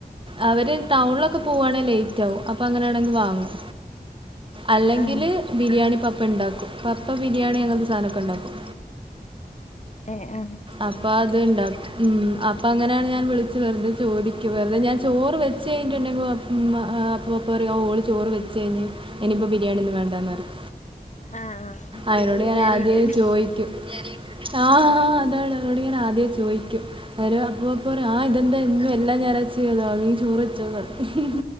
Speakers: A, on the right (about 30°); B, on the left (about 45°).
A: അവര് ടൗണിലൊക്കെ പോവുവാണെങ്കിൽ ലേറ്റ് ആകും അപ്പൊ അങ്ങനെയാണെങ്കിൽ വാങ്ങും അല്ലെങ്കില്
B: ആഹ്
A: ബിരിയാണി പപ്പ ഉണ്ടാക്കും പപ്പ ബിരിയാണി അങ്ങനത്തെ സാധനമൊക്കെ ഇണ്ടാക്കും
B: ഏഹ് ആഹ്
A: അപ്പൊ അതുണ്ടാ ഉം അപ്പൊ അങ്ങനെയാണ് ഞാൻ വിളിച്ചു വെറുതെ ചോദിക്കും വെറുതെ ഞാൻ ചോറ് വെച്ച് കഴിഞ്ഞട്ടുണ്ടെങ്കിൽ <unintelligible> അപ്പോൾ പറയും ഓള് ചോറ് വെച്ച് കഴിഞ്ഞ് ഇനിയിപ്പോൾ ബിരിയാണിൽ വേണ്ടാന്ന് പറയും
B: ആഹ് ആഹ്
A: അയിനോട്
B: പിന്നെ ബിരിയാണി
A: ഞാൻ ആദ്യ
B: കിട്ടൂലേ
A: ചോദിക്കും ബിരിയാണി ആഹ് എന്തോട് അവരോട് ആദ്യേ ചോദിക്കും അവർ അപ്പ ആഹ് ഇതെന്താ എന്നും എല്ലാ ഞായറാഴ്ച അതോ നീ ചോറ് വച്ചോന്ന് പറയും